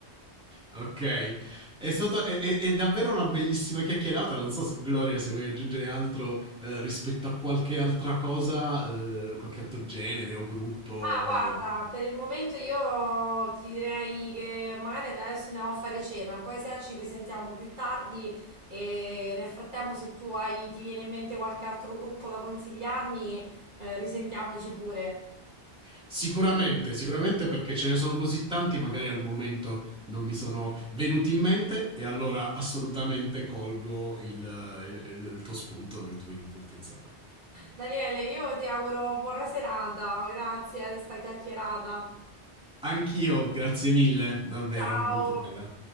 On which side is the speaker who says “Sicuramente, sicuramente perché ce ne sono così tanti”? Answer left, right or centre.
Centre